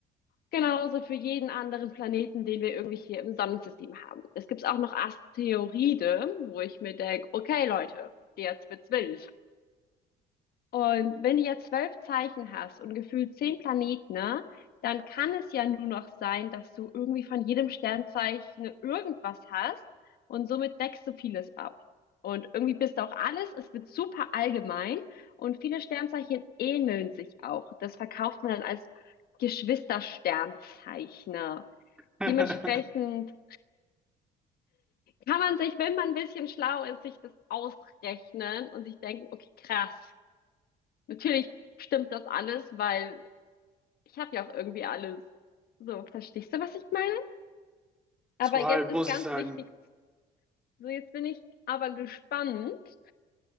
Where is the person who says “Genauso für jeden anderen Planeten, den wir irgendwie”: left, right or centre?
Left